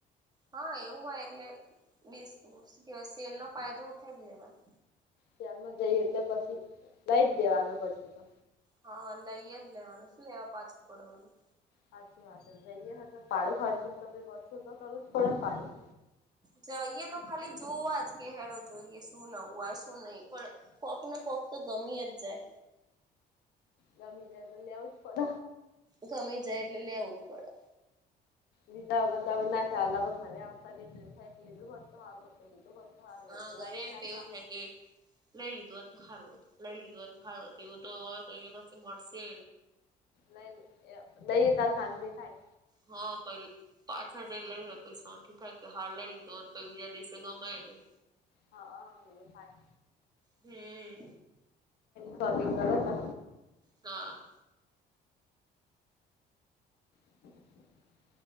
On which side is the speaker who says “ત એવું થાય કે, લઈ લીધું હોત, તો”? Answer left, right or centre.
Right